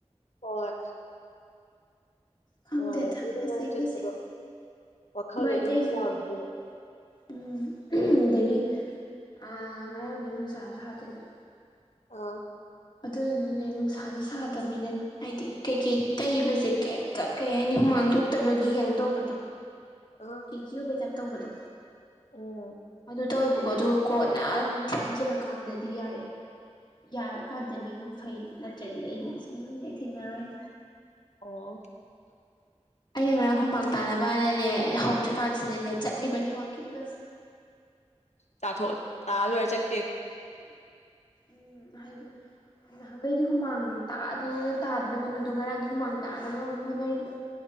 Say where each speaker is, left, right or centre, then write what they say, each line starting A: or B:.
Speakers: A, on the left (about 75°); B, on the left (about 40°).
A: ꯍꯣꯏ
B: ꯈꯪꯗꯦꯗ
A: ꯅꯨꯡꯉꯥꯏꯔꯅꯤ ꯅꯨꯡꯉꯥꯏꯅ
B: ꯐꯖꯩ
A: ꯆꯠꯄꯗꯣ
B: ꯐꯖꯩ
A: ꯋꯥꯈꯜꯒ
B: ꯃꯣꯏ ꯑꯇꯩꯖꯨ
A: ꯏꯪ ꯏꯪ ꯂꯥꯎꯔꯅꯦꯕ
B: ꯐꯖꯩ ꯎꯝ ꯑꯗꯒꯤ ꯑꯥ ꯉꯔꯥꯡꯗꯤ ꯅꯨꯡꯁꯥꯁꯨ ꯁꯥꯗꯦꯗꯅ
A: ꯑꯥ
B: ꯑꯗꯨꯗꯨꯅꯅꯦ ꯅꯨꯡꯁꯥꯗꯤ ꯁꯥꯗꯝꯅꯤꯅ ꯍꯥꯏꯗꯤ ꯀꯩꯀꯩ ꯇꯩꯕꯖꯦ ꯀꯩꯝꯇ ꯀꯩ ꯍꯥꯏꯅꯤ ꯍꯨꯃꯥꯡ ꯊꯣꯛꯇꯕꯒꯤ ꯀꯩꯅꯣ ꯇꯧꯕꯗꯣ
A: ꯑꯥ
B: <unintelligible> ꯕ ꯇꯧꯕꯗꯣ
A: ꯎꯝ
B: ꯑꯗꯨ ꯇꯧꯋꯦꯕꯀꯣ ꯑꯗꯨꯒ ꯀꯣꯟꯅꯪ ꯊꯦꯡꯖꯤꯜꯂꯀꯥꯟꯗꯗꯤ ꯌꯥꯔꯛꯑꯦ ꯌꯥꯔꯀꯥꯟꯗꯅꯤꯉꯣ ꯐꯩꯖꯦ ꯅꯠꯇ꯭ꯔꯗꯤ ꯑꯩꯗꯤ ꯁꯨꯡꯅꯨꯡ ꯍꯦꯛ ꯊꯦꯡꯅꯔꯣꯏ
A: ꯑꯣ
B: ꯑꯩꯅ ꯉꯔꯥꯡ ꯍꯨꯃꯥꯡ ꯇꯥꯅꯕꯅꯅꯦ ꯍꯧꯗ꯭ꯔꯤꯀꯥꯟꯁꯤꯗꯅꯦ ꯆꯠꯂꯤꯕꯅꯤ ꯋꯥꯛꯀꯤꯡꯒꯁꯦ
A: ꯇꯥꯊꯣꯛ ꯑꯣ ꯇꯥ ꯂꯣꯏꯔ ꯆꯠ
B: ꯎꯝ ꯍꯥꯏꯗꯤ ꯅꯍꯥꯟꯒꯩꯗꯤ ꯍꯨꯃꯥꯡ ꯇꯥꯗꯅ ꯇꯥꯗꯅ ꯍꯣꯠꯅꯕꯗꯣ ꯉꯔꯥꯡꯗꯤ ꯍꯨꯃꯥꯡ ꯇꯥꯅꯕꯃꯨꯛ ꯍꯣꯠꯅꯔꯤꯕ